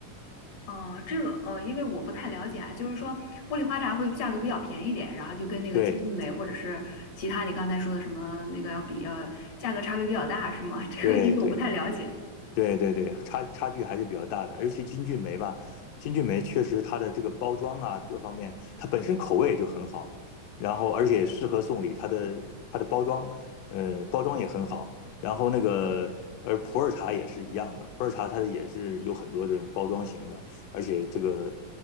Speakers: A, on the left (about 60°); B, on the left (about 85°).
A: 哦，这个呃，因为我不太了解啊，就是说茉莉花茶会价格比较便宜一点，然后就跟那个金骏眉或者是其他你刚才说的什么那个要比要价格差别比较大，
B: 对
A: 是吗？<laughs> 这个因为我不太了解。
B: 对对，对对对，差差距还是比较大的，而且金骏眉吧，金骏眉确实它的这个包装啊，各方面，它本身口味就很好，然后而且适合送礼，它的它的包装，呃，包装也很好，然后那个而普洱茶也是一样的，普洱茶它也是有很多这种包装型的，而且这个